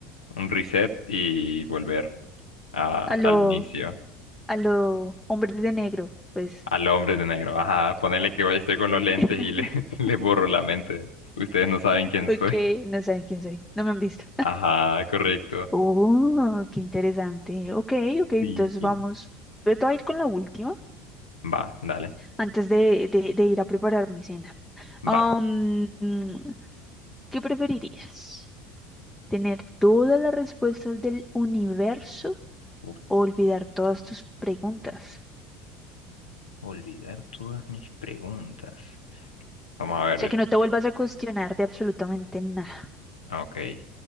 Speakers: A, on the left; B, in the centre.
A: un reset y volver a-
B: A lo,
A: al inicio,
B: a lo hombres de negro, pues.
A: al hombre de negro. Ajá, ponerle que hoy estoy con los lentes
B: <laughs>
A: y le, <laughs> le borro la mente. Ustedes no saben quién
B: Ok,
A: soy.
B: no saben quién soy, no me han visto.
A: Ajá, correcto.
B: Oh, qué interesante. Ok, ok, entonces
A: Sí, sí.
B: vamos. Te voy a ir con la última
A: Va, dale,
B: antes de, de- de ir a preparar mi cena.
A: va.
B: Am, mm, ¿qué preferirías? ¿Tener todas las respuestas del universo
A: Uf,
B: o olvidar todas tus preguntas?
A: olvidar todas mis preguntas. Vamos a
B: O
A: ver.
B: sea, que no te vuelvas a cuestionar de absolutamente nada.
A: Ok,